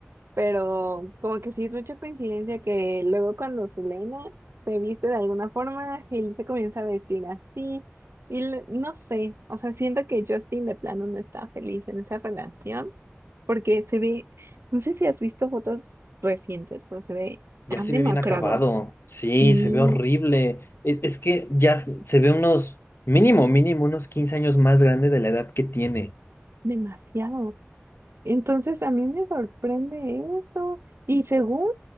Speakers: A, on the right; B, on the left.
A: pero como que sí es mucha coincidencia que luego cuando Selena se viste de alguna forma, Hailey se comienza a vestir así y l- no sé, o sea, siento que Justin de plano no está feliz en esa relación porque se ve, no sé si has visto fotos recientes, pero se ve
B: Ya
A: tan
B: se
A: demacrado,
B: ve bien acabado. Sí,
A: sí,
B: se ve horrible. E- Es, que ya se se ve unos mínimo mínimo unos 15 años más grande de la edad que tiene.
A: demasiado. Entonces a mí me sorprende eso y según